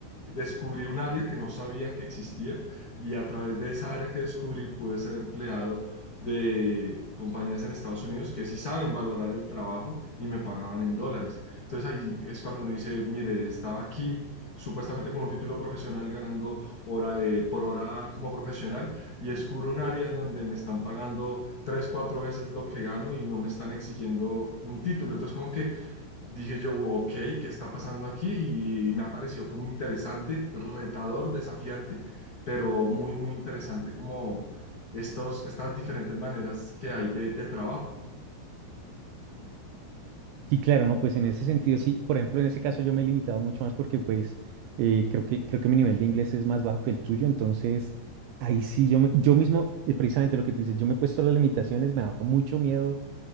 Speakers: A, on the left; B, on the right.
A: descubrí un área que no sabía que existía y a través de esa área que descubrí pude ser empleado de compañías en Estados Unidos que sí saben valorar el trabajo y me pagaban en dólares. Entonces ahí es cuando uno dice, mire, estaba aquí supuestamente con un título profesional ganando hora, eh, por hora como profesional y descubro un área en donde me están pagando tres, cuatro veces lo que gano y no me están exigiendo un título. Entonces como que dije yo, ok, ¿qué está pasando aquí? Y, y me apareció como interesante, retador, desafiante, pero muy, muy interesante como estos, estas diferentes maneras que hay de, de trabajo.
B: Sí, claro, no, pues en ese sentido sí, por ejemplo, en ese caso yo me he limitado mucho más porque pues eh, creo que, creo que mi nivel de inglés es más bajo que el tuyo, entonces ahí sí, yo, me- yo mismo, eh, precisamente lo que tú dices, yo me he puesto las limitaciones, me da mucho miedo,